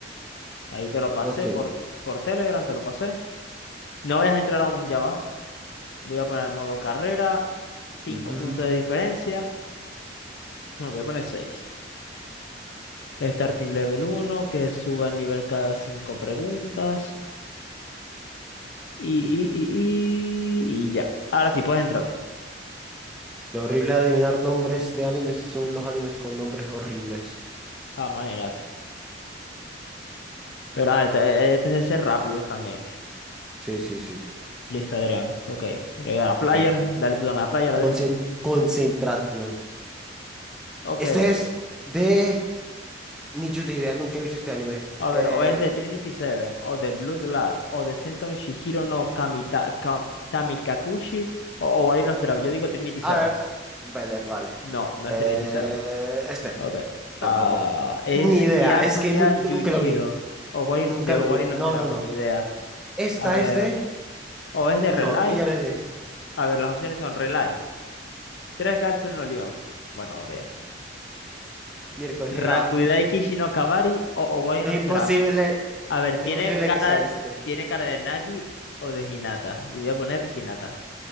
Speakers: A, on the left; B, in the centre.
A: ahí te lo pasé
B: Ok.
A: por, por Telegram, te lo pasé. No vayas a entrar aún, ya va. Voy a poner modo carrera, Cinco
B: Ujú.
A: puntos de diferencia, bueno, voy a poner 6. Starting level uno, que suba el nivel cada 5 preguntas. y, y, y, y y ya. Ahora sí puedes entrar.
B: Lo horrible de adivinar nombres de animes son los animes con nombres horribles.
A: Ah, imagínate. Pero ah, este, este es de ser rápidos también.
B: Sí, sí, sí.
A: Listo, Adrián. Ok. Le voy a dar a player.
B: Ok.
A: Dale tú también a player, Adrián.
B: Concen- concentración.
A: Ok.
B: Este es de... Ni yo te idea, nunca he visto este anime.
A: A
B: Eh...
A: ver, o es de Trinity Seven, o de Blood Lad, o de Senton Shihiro no Kamita, Ka- Kamikakushi, o Owari no Seraph. Yo digo Trinity Seven.
B: ah, vale, vale.
A: No, no
B: Eh,
A: es Trinity Seven.
B: Este,
A: Ok. Ah,
B: tampoco.
A: es
B: Ni idea,
A: Hyakuya
B: es que nu-
A: Yuichiro.
B: nunca lo vi.
A: O
B: Nunca
A: de Owari
B: lo vi.
A: no
B: No,
A: Seraph,
B: no, no.
A: ni idea.
B: Esta
A: A ver.
B: es de.
A: O es de
B: No,
A: Relive.
B: ella no es de es-
A: A ver, las opciones son Relife, Tres Gats, Uno León. Bueno, Gabriel.
B: miércoles. Era.
A: Rakudai Kishi no Kabari o Owari
B: Es
A: no
B: imposible.
A: Seraph. A ver,
B: Es
A: ¿tiene
B: imposible
A: cara,
B: que sea este.
A: tiene cara de Nagi o de Hinata? Yo voy a poner Hinata.